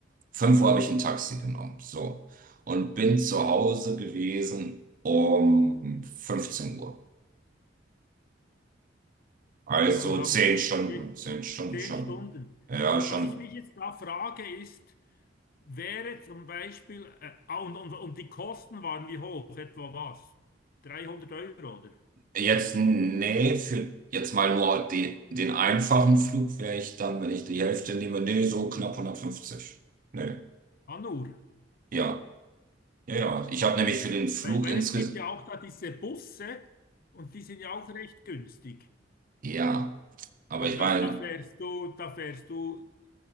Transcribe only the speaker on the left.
Also kann man sagen,
zehn,
zehn
zehn
Stunden.
Also
was ich mich jetzt da frage, ist, wäre zum Beispiel, äh, ah, und, und, und die Kosten waren wie hoch? Etwa was? 300 Euro, oder?
Ah, nur.
Weil, weil
es gibt ja auch da diese Busse und die sind ja auch recht günstig.
Aber
da,
da fährst du, da fährst du